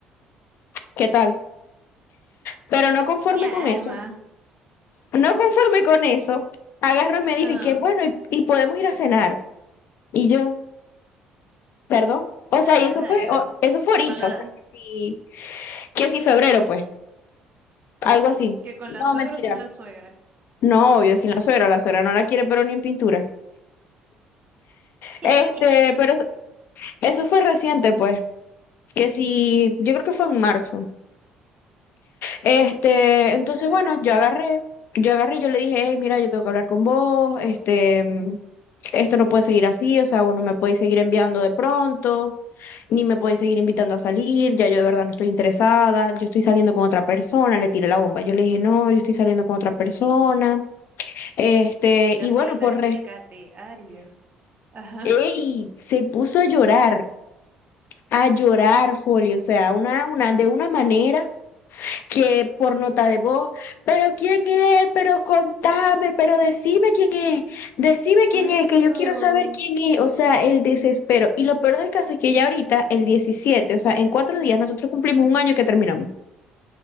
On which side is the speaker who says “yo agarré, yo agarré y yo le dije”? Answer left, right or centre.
Left